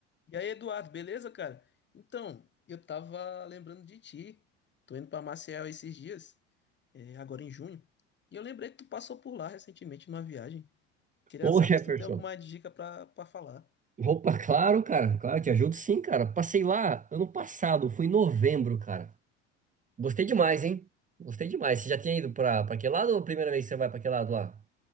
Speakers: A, on the left; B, on the right.
A: E aí, Eduardo, beleza, cara? Então, eu tava lembrando de ti. Tô indo pra Maceió esses dias, é, agora em junho. E eu lembrei que tu passou por lá recentemente numa viagem. Queria
B: Ô
A: saber
B: Jefferson,
A: se tu tem alguma dica pra, pra falar.
B: opa, claro, cara, claro, te ajudo sim, cara. Passei lá ano passado, fui em novembro, cara. Gostei demais,
A: É.
B: hein? Gostei demais. Você já tinha ido pra, pra aquele lado ou a primeira vez que você vai pra aquele lado lá?